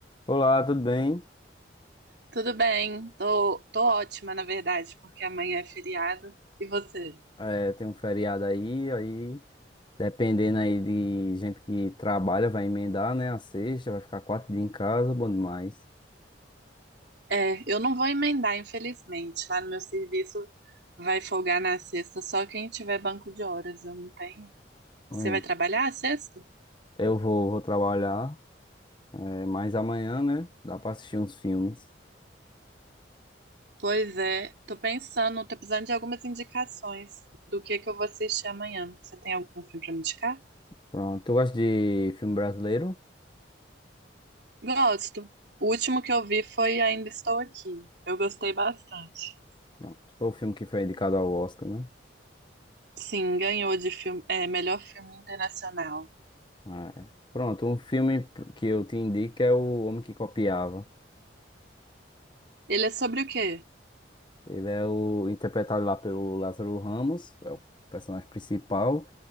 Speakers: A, on the left; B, on the right.
A: Olá, tudo bem?
B: Tudo bem, tô, tô ótima, na verdade, porque amanhã é feriado. E você?
A: É, tem um feriado aí, aí dependendo aí de gente que trabalha, vai emendar, né? A sexta, vai ficar quatro dias em casa, bom demais.
B: É, eu não vou emendar, infelizmente. Lá no meu serviço vai folgar na sexta, só quem tiver banco de horas, eu não tenho. Você
A: É,
B: vai trabalhar a sexta?
A: Eu vou, vou trabalhar, é, mas amanhã, né? Dá pra assistir uns filmes.
B: Pois é, tô pensando, tô precisando de algumas indicações do que que eu vou assistir amanhã. Você tem algum filme pra me indicar?
A: Pronto. Tu gosta de filme brasileiro?
B: Gosto. O último que eu vi foi Ainda Estou Aqui. Eu gostei bastante.
A: Pronto. Foi o filme que foi indicado ao Oscar, né?
B: Sim, ganhou de filme, é, melhor filme internacional.
A: Ah, É. Pronto, um filme que eu te indico é O Homem que Copiava.
B: Ele é sobre o quê?
A: Ele é o interpretado lá pelo Lázaro Ramos, é o personagem principal.